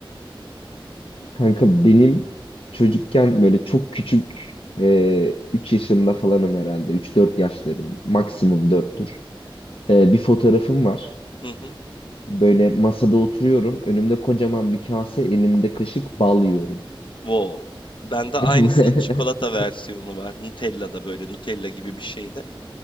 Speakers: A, on the left; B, on the left.
A: Kanka benim çocukken böyle çok küçük e, 3 yaşında falanım herhalde. üç dört yaşlarım. Maksimum dörttür E, bir fotoğrafım var.
B: Hı hı.
A: Böyle masada oturuyorum. Önümde kocaman bir kase, elimde kaşık bal yiyorum.
B: Wow. Bende
A: <laughs>
B: aynısının çikolata versiyonu var. Nutella'da böyle Nutella gibi bir şeyde.